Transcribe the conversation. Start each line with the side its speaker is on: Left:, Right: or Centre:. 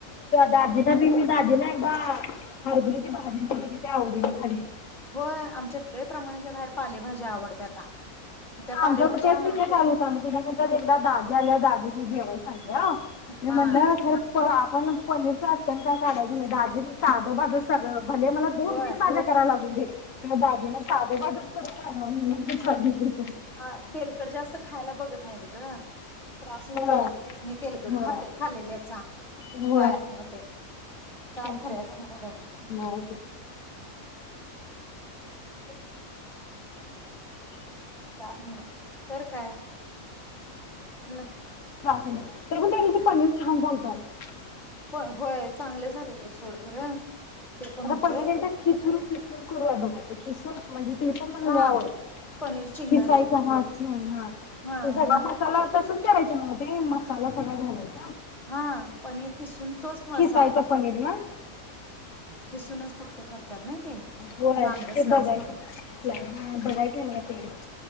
Left: दाजींना <unintelligible> ति मी दाजींना ना एकदा हरब भाजी किती आवडीन खाल्ली.
Centre: पण आमच्यात लई प्रमाणाच्या बाहेर पालेभाज्या आवडत्याता. मग त्या पालेभाज्या
Left: आमचा म तेच विषय
Centre: केल्या.
Left: चालू होता मी तिने म्हणत एकदा दाजी आल्यावर दाजीसनी जेवाय सांगल मी
Centre: हा
Left: म्हणलं खूप आप पण पनीर चालत ण काय काढायच नाही दाजी साध भाध सगळं भले मला दोन
Centre: होय
Left: तीन भाज्या करायला लागू दे दाजींना साधे भादच मी म्हंटल सांगितलतर
Centre: हा तेलकट जास्त खायला बघत नाहीत ग त्रास होतोय
Left: होय
Centre: तेसनी तेलकट
Left: होय
Centre: खातय खालेल्याचा
Left: होय
Centre: काय नाव ते काय
Left: तेच
Centre: खऱ्याचा
Left: की.
Centre: नाय ग
Left: नव्ह ते
Centre: <unintelligible> <inaudible> काय नव्ह तर काय नाय
Left: तर पण त्यानीते पणीर छान झालत.
Centre: <unintelligible> चांगलं झालेलं सोड खरं ते पण
Left: आता
Centre: होतं
Left: पनीर एकदा खिसून खिसून करूया बघ आपण खिसुन म्हणजे ते पण मला
Centre: हा
Left: लई आवडतय
Centre: पनीर चिंगारी
Left: खिसायचा ह अछ ह
Centre: हा
Left: तो
Centre: म्हणजे
Left: सगळा मसाला तसाच करायं मग ते मसाला सगळं झाल्यावर
Centre: हा पनीर किसून तोच मलासा
Left: खायचा पनीर ना
Centre: खिसूनच फक्त करतात नाही ते
Left: होय
Centre: लांबड
Left: ब ते
Centre: स्लाइस
Left: बघायच
Centre: करून
Left: बघायच मला ते <inaudible>